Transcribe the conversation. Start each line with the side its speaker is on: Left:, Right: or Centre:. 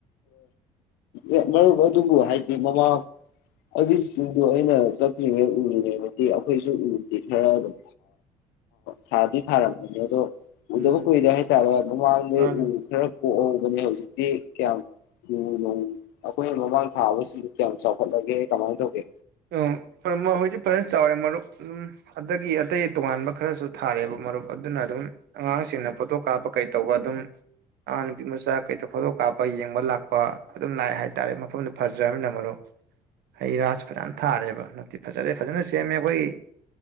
Left: ꯑꯦ ꯃꯔꯨꯞ ꯑꯗꯨꯕꯨ ꯍꯥꯏꯗꯤ ꯃꯃꯥ ꯑꯗꯨꯗꯨ ꯑꯩꯅ ꯆꯠꯇ꯭ꯔꯤꯉꯩ ꯎꯔꯤꯉꯗꯗꯤ ꯑꯩꯈꯣꯏꯁꯨ ꯎꯗꯦ ꯈꯔ ꯑꯗꯨꯝ ꯊꯥꯗꯤ ꯊꯥꯔꯝꯕꯅꯤ ꯑꯗꯣ ꯎꯗꯕ
Right: ꯎꯝ
Left: ꯀꯨꯏꯔꯦ ꯍꯥꯏꯇꯥꯔꯦ ꯃꯃꯥꯡꯗꯩ
Right: ꯃꯥꯅꯤ
Left: ꯎ ꯈꯔ ꯀꯣꯛꯍꯧꯕꯅꯦ ꯍꯧꯖꯤꯛ ꯇ ꯀꯌꯥꯝ ꯎ ꯅꯣꯪ ꯑꯩꯈꯣꯏꯅ ꯃꯃꯥꯡ ꯊꯥꯕꯁꯤꯁꯨ ꯀꯌꯥꯝ ꯆꯥꯎꯈꯠꯂꯒꯦ ꯀꯃꯥꯏꯅ ꯇꯧꯒꯦ
Right: ꯖꯤꯛꯇꯤ ꯐꯖꯅ ꯆꯥꯎꯔꯦ ꯃꯔꯨꯞ ꯑꯗꯨꯝ ꯑꯗꯒꯤ ꯑꯇꯩ ꯇꯣꯉꯥꯟꯕ ꯈꯔꯁꯨ ꯊꯥꯔꯦꯑꯦꯕ ꯃꯔꯨꯞ ꯑꯗꯨꯅ ꯑꯗꯨꯝ ꯑꯉꯥꯡꯁꯤꯡꯅ ꯐꯣꯇꯣ ꯀꯥꯞꯄ ꯀꯩꯇꯧꯕ ꯑꯗꯨꯝ ꯑꯉꯥꯡ ꯅꯨꯄꯤ ꯃꯆꯥ ꯀꯩꯇ ꯐꯣꯇꯣ ꯀꯥꯞꯄ ꯌꯦꯡꯕ ꯂꯥꯛꯄ ꯑꯗꯨꯝ ꯂꯥꯛꯑꯦ ꯍꯥꯏ ꯇꯥꯔꯦ ꯃꯐꯝꯗꯨ ꯐꯖ꯭ꯔꯕꯅꯤꯅ ꯃꯔꯨꯞ ꯍꯩ ꯔꯥ ꯐꯅꯥꯌꯥꯝ ꯊꯥꯔꯦꯕ ꯠꯇꯦ ꯐꯖꯔꯦ ꯐꯖꯅ ꯁꯦꯝꯃꯦ ꯑꯩꯈꯣꯏꯒꯤ